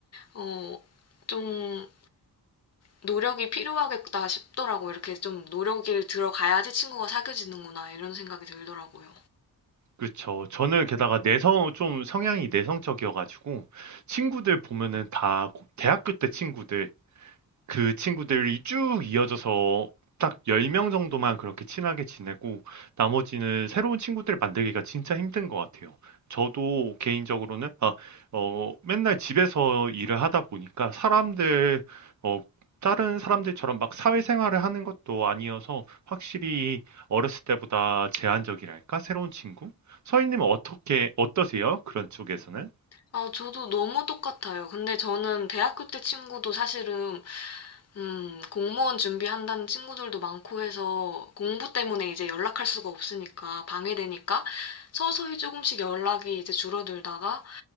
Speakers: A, on the left (about 40°); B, on the right (about 50°).
A: 어, 좀 노력이 필요하겠다 싶더라고요. 이렇게 좀 노력을 들어가야지 친구가 사귀어지는구나, 이런 생각이 들더라고요.
B: 그쵸. 저는 게다가 내성 좀 성향이 내성적이어가지고 친구들 보면은 다 고- 대학교 때 친구들 그 친구들이 쭉 이어져서 딱 10명 정도만 그렇게 친하게 지내고 나머지는 새로운 친구들 만들기가 진짜 힘든 것 같아요. 저도 개인적으로는 아, 어, 맨날 집에서 일을 하다 보니까 사람들 어, 다른 사람들처럼 막 사회생활을 하는 것도 아니어서 확실히 어렸을 때보다 제한적이랄까? 새로운 친구? 서인님은 어떻게 어떠세요? 그런 쪽에서는?
A: 아, 저도 너무 똑같아요. 근데 저는 대학교 때 친구도 사실은, 음, 공무원 준비한다는 친구들도 많고 해서 공부 때문에 이제 연락할 수가 없으니까, 방해되니까 서서히 조금씩 연락이 이제 줄어들다가,